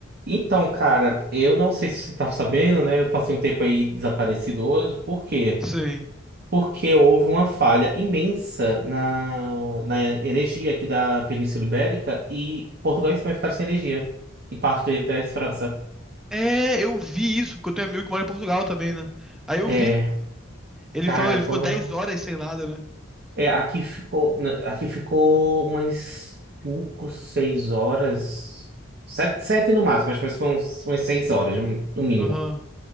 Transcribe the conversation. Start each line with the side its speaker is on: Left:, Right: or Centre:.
Right: Então, cara, eu não sei se você tá sabendo, né? Eu passei um tempo aí desaparecido hoje. Por quê?
Centre: Sim.
Right: Porque houve uma falha imensa na, na energia aqui da Península Ibérica e Portugal e Espanha ficaram sem energia. E parte da da França.
Centre: É, eu vi isso, porque eu tenho amigo que mora em Portugal também, né? Aí eu
Right: É,
Centre: vi. Ele
Right: cara,
Centre: falou, ele
Right: foram.
Centre: ficou dez horas sem nada, né?
Right: É, aqui ficou, na- aqui ficou umas 5, 6 horas. sete sete no máximo, mas mas foram umas 6 horas, no no mínimo.
Centre: Aham.